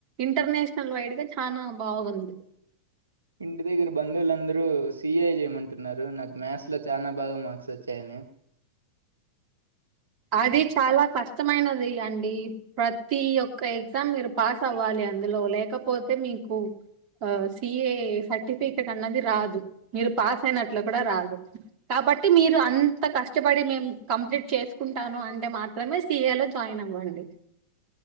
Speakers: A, on the right; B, on the right.
A: ఇంటర్నేషనల్ వైడ్ గా చనా బాగుంది.
B: ఇంటి దగ్గర బంధువులుందరూ సఏ చేయమంటున్నారు నాకు మ్యాథ్స్ లో చాలా బాగా మార్క్స్ వచ్చాయని.
A: అది చాలా కష్టమైనది అండి. ప్రతి ఒక్క ఎగ్జామ్ మీరు పాస్ అవ్వాలి అందులో లేకపోతే మీకు. ఆ సిఏ సర్టిఫికెట్ అన్నది రాదు. మీరు పాస్ అయినట్ల కూడా రాదు కాబట్టి మీరు అంత కష్టపడి మేము కంప్లీట్ చేస్. కుంటాను అంటే మాత్రమే సీఏ లో జాయిన్ అవ్వండి.